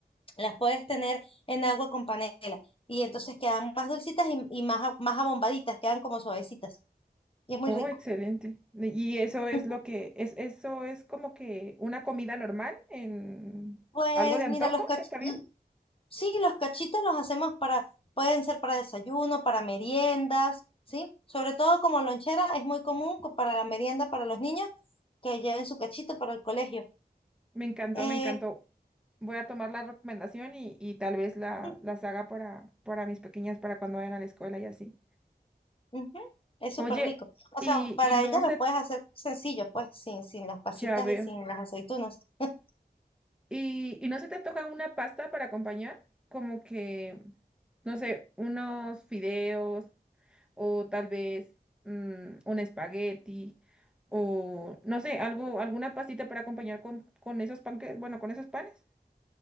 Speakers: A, on the left; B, in the centre.
A: las puedes tener en agua con panela y entonces quedan más dulcitas y, y más, a- más abombaditas, quedan como suavecitas y es muy
B: Oh,
A: rico.
B: excelente. Y eso es
A: <laughs>
B: lo que es, eso es como que una comida normal en
A: Pues
B: algo de antojo,
A: mira, los cach-
B: ¿está bien?
A: l- sí, los cachitos los hacemos para, pueden ser para desayuno, para meriendas, ¿sí? Sobre todo como lonchera, es muy común co- para la merienda para los niños que lleven su cachito para el colegio.
B: Me encantó,
A: Eh,
B: me encantó. Voy a tomar la recomendación y, y tal vez la,
A: <laughs>
B: las haga para, para mis pequeñas, para cuando vayan a la escuela y así.
A: ujú, es súper
B: Oye,
A: rico. O
B: y,
A: sea, para
B: y no
A: ellas
B: se,
A: lo puedes hacer sencillo, pues, sin, sin las pasitas
B: ya veo.
A: y sin las aceitunas. <laughs>
B: Y, y no se te antoja una pasta para acompañar, como que, no sé, unos fideos, o tal vez mm, un espagueti, o no sé, algo, alguna pastita para acompañar con, con esos panques, bueno, con esos panes.